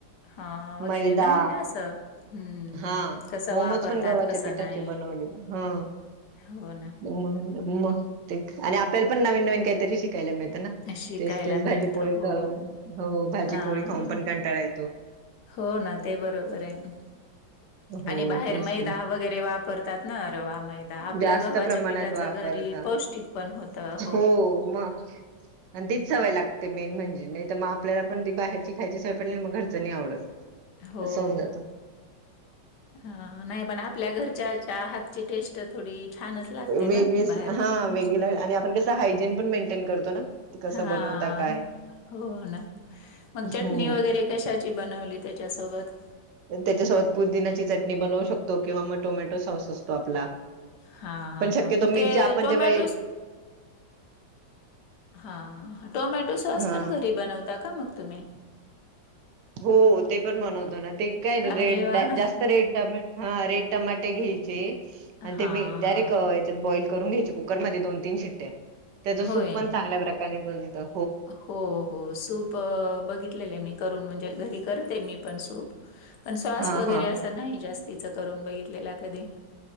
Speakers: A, on the left; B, on the right.
A: हा वगैरे
B: मैदा
A: नाही ना असं. हम्म,
B: हा
A: कसं
B: मोमोज
A: वापरतात,
B: पण गव्हाच्या
A: कसं
B: पिठाचे
A: नाही.
B: बनवले, हा.
A: हो ना,
B: मग ते आणि आपल्याला पण नवीन-नवीन काहीतरी शिकायला मिळतना?
A: शिकायला
B: तेच-तेच भाजीपोळी,
A: मिळतं हो.
B: हो भाजीपोळी
A: हां,
B: खाऊन पण काटाळा येतो.
A: हो ना, ते बरोबर आहे.
B: हो
A: आणि बाहेर
B: तेच
A: मैदा
B: ना
A: वगैरे वापरतात ना रवा, मैदा आपल्या
B: जास्त
A: गव्हाच्या
B: प्रमाणात
A: पिठाच
B: वापरता
A: घरी पौष्टिक पण होतं.
B: हो मग. आणि तीच सवय लागते मेन म्हणजे, नाही तरग आपला पण ती बाहेरची खायची सवय पडली मग घरचं नाही आवडत.
A: हो.
B: असं होऊन जात
A: हा, नाही पण आपल्या घरच्याच्या हातची टेस्ट थोडी छानच लागते
B: वेगळेच,
A: ना बाहेरच्यांपेक्षा.
B: हा वेगळे आणि आपण कसं हायजीन पण मेंटेन करतो ना. ते कसं
A: हा,
B: बनवता काय
A: हो ना मग
B: हम्म.
A: चटणी वगैरे कशाची बनवली त्याच्यासोबत?
B: पण त्याच्यासोबत पूदिनाची चटणी बनवू शकतो किंवा मग टोमॅटो सॉस असतो. तो आपला,
A: हां,
B: पण शक्यतो
A: हां.
B: मिरची
A: ते
B: आपण
A: टोमॅटो
B: जेव्हा
A: हा, टोमॅटो सॉस
B: हा
A: पण घरी बनवता ता का मग तुम्ही?
B: हो ते पण बनवतो ना, ते काय
A: अरे
B: रेड,
A: वाह!
B: जास्त रेड टोमॅटो हा, रेड टमाटे घ्यायचे
A: हां,
B: आणि ते मी
A: हां.
B: डायरेक्ट त्त्यांच्यात बॉइल करून घ्यायची कुकरमध्येध्ये दोन-तीन शिट्ट्या, त्याच
A: होय.
B: सूप पण चांगल्या प्रकारे बनतं.
A: हो हो, सूप बघितलेले मी करून म्हणजे घरी करत ए मी पण सूप. पण शसॉस
B: हा
A: वगैरे
B: हा
A: असं नाही जास्तीच करून बघितलेला कधी.